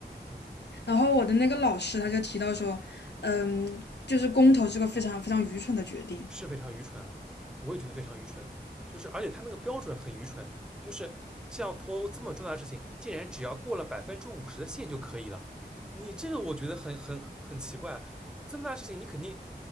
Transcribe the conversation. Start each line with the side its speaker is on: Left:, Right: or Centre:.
Centre: 嗯，
Left: 然后我的那个老师他就提到说，嗯，就是公投是个非常非常愚蠢的决定。
Centre: 是非常愚蠢啊，我也觉得非常愚蠢。就是而且他那个标准很愚蠢，就是像脱欧这么重大的事情，竟然只要过了百分之五十的线就可以了。你这个我觉得很很很很奇怪，这么大事情你肯定